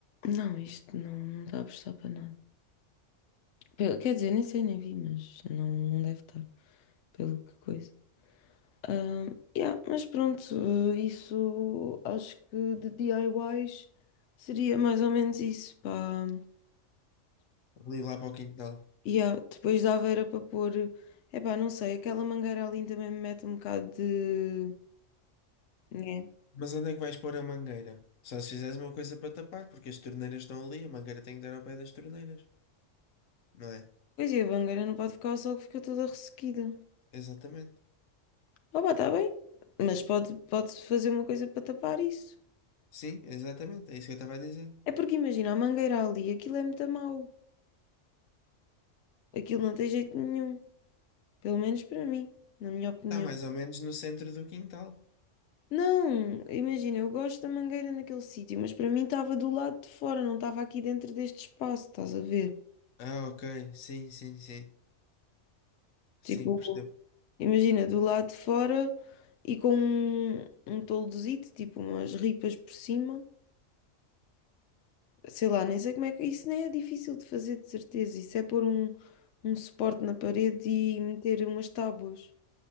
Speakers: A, on the left (about 70°); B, on the left (about 85°).
A: Não, isto não, não está a prestar para nada. Pe- Quer dizer, nem sei, nem vi, mas não, não deve estar, pelo que coisa. Ah, yeah, mas pronto, eh, isso acho que de DIYs seria mais ou menos isso, pá.
B: Ali lá para o quintal.
A: E ah, depois dava era para pôr, epá, não sei, aquela mangueira ali também me mete um bocado de. Né?
B: Mas onde é que vais pôr a mangueira? Só se fizeres uma coisa para tapar, porque as torneiras estão ali, a mangueira tem que dar ao pé das torneiras, não é?
A: Pois é, a mangueira não pode ficar ao sol que fica toda ressequida.
B: Exatamente.
A: Ah, pá, está bem, mas pode, pode fazer uma coisa para tapar isso.
B: Sim, exatamente, é isso que eu estava a dizer.
A: É porque imagina, a mangueira ali, aquilo é muito mau. Aquilo não tem jeito nenhum. Pelo menos para mim, na minha opinião.
B: Está mais ou menos no centro do quintal.
A: Não, imagina, eu gosto da mangueira naquele sítio, mas para mim estava do lado de fora, não estava aqui dentro deste espaço, estás a ver?
B: Ah, ok, sim, sim, sim. Sim,
A: Tipo.
B: percebo
A: Imagina, do lado de fora e com um, um toldozito, tipo umas ripas por cima. Sei lá, nem sei como é que. Isso nem é difícil de fazer, de certeza. Isso é pôr um, um suporte na parede e meter umas tábuas.